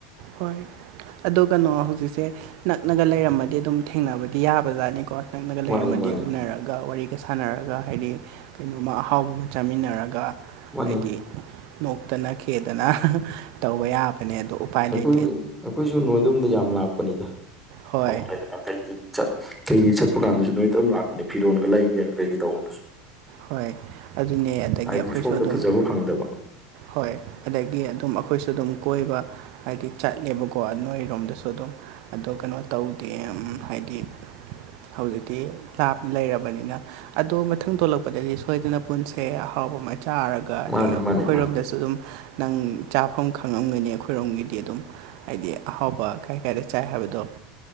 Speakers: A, on the right; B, in the centre.
A: ꯍꯣꯏ ꯑꯗꯨ ꯀꯩꯅꯣ ꯍꯧꯖꯤꯛꯁꯦ ꯅꯛꯅꯒ ꯂꯩꯔꯝꯃꯗꯤ ꯑꯗꯨꯝ ꯊꯦꯡꯅꯕꯗꯤ ꯌꯥꯕꯖꯥꯠꯅꯤꯀꯣ ꯅꯛꯅꯒ
B: ꯃꯥꯅꯤ
A: ꯂꯩꯔꯝꯃꯗꯤ
B: ꯃꯥꯅꯤ
A: ꯎꯅꯔꯒ ꯋꯥꯔꯤ ꯁꯥꯟꯅꯔꯒ ꯍꯥꯏꯗꯤ ꯀꯩꯅꯣꯝꯃ ꯑꯍꯥꯎꯕꯒꯨꯝꯕ ꯆꯥꯃꯤꯟꯅꯔꯒ
B: ꯃꯥꯅꯤ
A: ꯍꯥꯏꯗꯤ ꯅꯣꯛꯇꯅ ꯈꯦꯗꯅ ꯇꯧꯕ ꯌꯥꯕꯅꯦ ꯑꯗꯣ ꯎꯄꯥꯏ ꯂꯩ
B: ꯈꫭꯏꯁꯨ ꯑꯩꯈꯣꯏꯁꯨ ꯅꯣꯏꯗꯣꯝꯗ ꯌꯥꯝ ꯂꯥꯛꯄꯅꯤꯗ
A: ꯍꯣꯏ
B: ꯊꯕꯛ ꯂꯩꯔꯗꯥ ꯀꯩꯒꯤ ꯆꯠ ꯀꯩꯒꯤ ꯆꯠꯄ ꯀꯥꯟꯗꯁꯨ ꯅꯣꯏꯗ ꯑꯗꯨꯝ ꯂꯥꯛꯄꯅꯦ ꯐꯤꯔꯣꯟꯒ ꯂꯩꯒꯦꯅꯦ ꯀꯩꯀꯩ ꯇꯧꯕꯗꯁꯨ
A: ꯍꯣꯏ ꯑꯗꯨꯅꯦ ꯑꯗꯥꯒꯤ
B: ꯍꯥꯏꯕꯗꯤ
A: ꯑꯩꯈꯣꯏꯁꯨ
B: ꯁꯣꯝꯗ
A: ꯑꯗꯨꯝ
B: ꯐꯖꯕ ꯐꯪꯗꯕ
A: ꯍꯣꯏ ꯑꯗꯥꯒꯤ ꯑꯗꯨꯝ ꯑꯩꯈꯣꯏꯁꯨ ꯑꯗꯨꯝ ꯀꯣꯏꯕ ꯍꯥꯏꯗꯤ ꯆꯠꯂꯦꯕꯀꯣ ꯅꯣꯏꯔꯣꯝꯗꯁꯨ ꯑꯗꯨꯝ ꯑꯗꯣ ꯀꯩꯅꯣ ꯇꯧꯗꯦ ꯎꯝ ꯍꯥꯏꯗꯤ ꯍꯧꯖꯤꯛꯇꯤ ꯂꯥꯞꯅ ꯂꯩꯔꯕꯅꯤꯅ ꯑꯗꯣ ꯃꯊꯪ ꯊꫭꯡꯂꯛꯄꯗꯗꯤ ꯁꯣꯏꯗꯅ ꯄꯨꯟꯁꯦ ꯑꯍꯥꯎꯕ ꯑꯃ ꯆꯥꯔꯒ ꯑꯥ ꯑꯗꯒꯤ
B: ꯃꯥꯅꯤ
A: ꯑꯩꯈꯣꯏꯔꯣꯝꯗꯁꯨ
B: ꯃꯥꯅꯤ ꯃꯥꯅꯤ
A: ꯑꯗꯨꯝ ꯅꯪ ꯆꯥꯐꯝ ꯈꯪꯉꯝꯒꯅꯤ ꯑꯩꯈꯣꯏꯔꯣꯝꯒꯤꯗꯤ ꯑꯗꯨꯝ ꯍꯥꯏꯗꯤ ꯑꯍꯥꯎꯕ ꯀꯥꯏ ꯀꯥꯏꯗ ꯆꯥꯏ ꯍꯥꯏꯕꯗꯣ